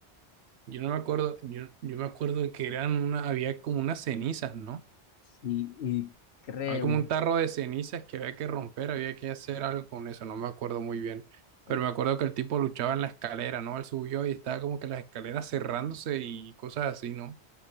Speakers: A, on the right (about 80°); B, on the left (about 60°).
A: Yo no me acuerdo, yo, yo me acuerdo que eran una, había como unas cenizas, ¿no?
B: Sí, y creo.
A: Había como un tarro de cenizas que había que romper, había que hacer algo con eso, no me acuerdo muy bien. Pero
B: Es
A: me acuerdo que el tipo luchaba en la escalera, ¿no? Él subió y estaba como que las escaleras cerrándose y cosas así, ¿no? O